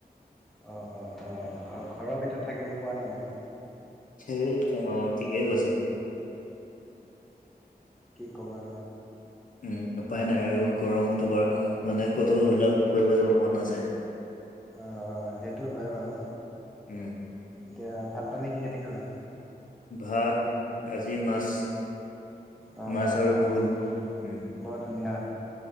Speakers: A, in the centre; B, on the left (about 55°).
A: অঁ অঁ অঁ ঘৰৰ ভিতৰত থাকিব পৰা নাযায়
B: সেই কেন ঠিকে কৈছা।
A: কি ক'বা
B: উম উপায় নাই আৰু গৰমটো বাৰ মানে ক'তো ওলাব কৰিব যাব মন নাযায়।
A: অঁ অঁ সেইটো হয় বাৰু
B: উম
A: এতিয়া ভাত পানী কিহেদি খালা?
B: ভাত আজি মাছ,
A: অঁ
B: মাছ
A: অঁ
B: আৰু
A: অঁ
B: ভোল। উম
A: বৰ ধুনীয়া।